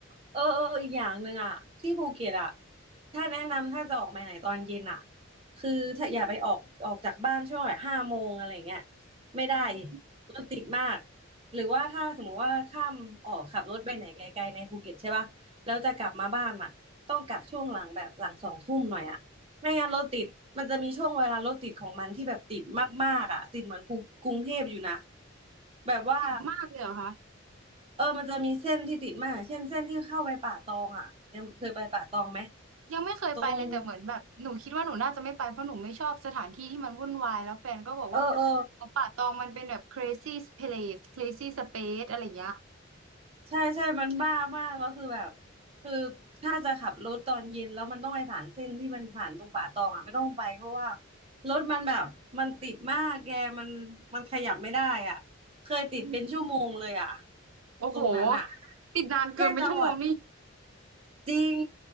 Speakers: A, on the right; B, on the right.
A: เออเอออีกอย่างหนึ่งอ่ะที่ภูเก็ตอ่ะถ้าแนะนำถ้าจะออกไปไหนตอนเย็นอ่ะคือถ้าอย่าไปออกออกจากบ้านช่วงแบบห้าโมงอะไรเงี้ยไม่ได้
B: อืม
A: รถติดมากหรือว่าถ้าสมมุติว่าข้ามออกขับรถไปไหนไกลๆในภูเก็ตใช่ป่ะแล้วจะกลับมาบ้านอ่ะต้องกลับช่วงหลังแบบหลังสองทุ่มหน่อยอ่ะไม่งั้นรถติดมันจะมีช่วงเวลารถติดของมันที่แบบติดมากๆอ่ะติดเหมือนภูกรุงเทพอยู่นะแบบว่า
B: ติดมากเลยเหรอคะ
A: เออมันจะมีเส้นที่ติดมากเช่นเส้นที่เข้าไปป่าตองอ่ะยังเคยไปป่าตองไหม
B: ยังไม่เคยไปเลยแต่เหมือนแบบหนูคิดว่าหนูน่าจะไม่ไปเพราะหนูไม่ชอบสถานที่ที่มันวุ่นวายแล้วแฟนก็บอกว่า
A: ตรงเออเออ
B: ของป่าตองมันเป็นแบบ crazy place crazy space อะไรอย่างเงี้ย
A: ใช่ใช่มันบ้ามากแล้วคือแบบคือถ้าจะขับรถตอนเย็นแล้วมันต้องไปผ่านเส้นที่มันผ่านตรงป่าตองอ่ะไม่ต้องไปเพราะว่ารถมันแบบมันติดมากแกมันมันขยับไม่ได้อ่ะเคยติดเป็นชั่วโมงเลยอ่ะ
B: อืมโอ้โห
A: ตรงนั้นอ่ะ
B: ติดนานเกินเป็นชั่วโมงนี่
A: แค่จังหวัด จริง